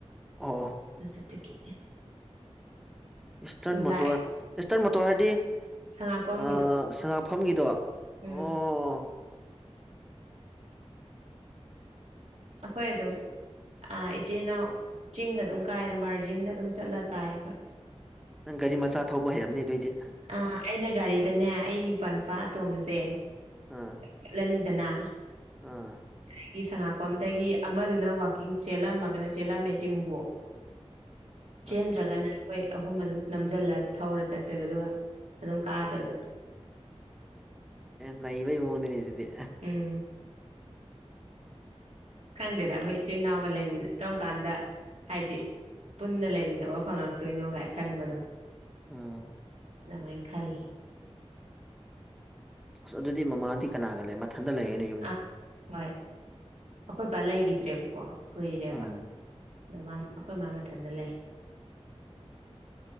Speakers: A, in the centre; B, on the right (about 85°).
A: ꯑꯣ
B: ꯑꯗꯨꯗꯨ ꯒꯤ
A: ꯏꯁꯇꯔꯟ ꯃꯣꯇꯣꯔ
B: ꯂꯥꯛꯑꯦ
A: ꯏꯁꯇꯔꯟ ꯃꯣꯇꯣꯔ ꯍꯥꯏꯗꯤ
B: ꯁꯉꯥꯛꯄꯝꯒꯤꯗꯣ
A: ꯑ ꯁꯉꯥꯛꯐꯝꯒꯤꯗꯣ ꯑꯣ
B: ꯎꯝ ꯑꯩꯈꯣꯏ ꯑꯗꯨꯝ ꯏꯆꯤꯜ ꯏꯅꯥꯎ ꯆꯤꯡꯒ ꯑꯗꯨꯝ ꯀꯥꯏꯗ ꯃꯥꯔꯖꯤꯡꯗ ꯑꯗꯨꯝ ꯆꯠꯂ ꯀꯥꯏ ꯑꯩꯈꯣꯏ꯫
A: ꯅꯪ ꯒꯥꯔꯤ ꯃꯆꯥ ꯊꯧꯕ ꯍꯩꯔꯝꯅꯤ ꯑꯗꯨꯏꯗꯤ꯫
B: ꯑ ꯑꯩꯅ ꯒꯥꯔꯤꯗꯅꯦ ꯑꯩꯒꯤ ꯏꯄꯥ ꯅꯨꯄꯥ ꯑꯇꯣꯝꯕꯁꯦ
A: ꯑ
B: ꯌꯦꯠꯂꯅꯤꯗꯅ
A: ꯑꯥ
B: ꯑꯗꯒꯤ ꯁꯪꯉꯥꯛꯄꯝꯗꯒꯤ ꯑꯃꯗꯨꯅ ꯋꯥꯛꯀꯤꯡ ꯆꯦꯜꯂꯝꯃꯒꯅ ꯆꯦꯜꯂꯝꯃꯦ ꯆꯤꯡꯕꯨ
A: <inaudible>
B: ꯆꯦꯟꯗ꯭ꯔꯒꯅ ꯑꯩꯈꯣꯏ ꯑꯍꯨꯝ ꯑꯗꯨꯝ ꯅꯝꯖꯜꯂ ꯊꯧꯔ ꯆꯠꯇꯣꯏꯕ ꯑꯗꯨꯒ ꯑꯗꯨꯝ ꯀꯥꯗꯣꯏꯕ꯫
A: ꯅꯩꯕꯩ ꯃꯑꯣꯡꯅꯤꯅꯦ ꯑꯗꯨꯗꯤ
B: ꯎꯝ
A: <inaudible>
B: ꯈꯪꯗꯦꯗ ꯑꯩꯈꯣꯏ ꯏꯆꯤꯜ ꯏꯅꯥꯎꯒ ꯂꯩꯃꯤꯅ ꯀꯔꯝ ꯀꯥꯟꯗ ꯍꯥꯏꯗꯤ ꯄꯨꯟꯅ ꯂꯩꯃꯤꯟꯅꯕ ꯐꯪꯉꯛꯇꯣꯏꯅꯣ ꯀꯥꯏ ꯈꯟꯕꯗꯣ
A: ꯎꯝ
B: ꯑꯗꯨꯃꯥꯏꯅ ꯈꯜꯂꯤ
A: ꯑꯁ ꯑꯗꯨꯗꯤ ꯃꯃꯥꯗꯤ ꯀꯅꯥꯒ ꯂꯩ ꯃꯊꯟꯗ ꯂꯩꯔꯅꯤ꯫
B: ꯑꯥ ꯍꯣꯏ ꯑꯈꯣꯏꯄꯥ ꯂꯩꯈꯤꯗ꯭ꯔꯦꯕꯀꯣ ꯀꯨꯏꯔꯦꯕ꯫
A: ꯎꯝ
B: ꯑꯗꯣ ꯑꯩꯈꯣꯏ ꯃꯥ ꯃꯊꯟꯇ ꯂꯩ꯫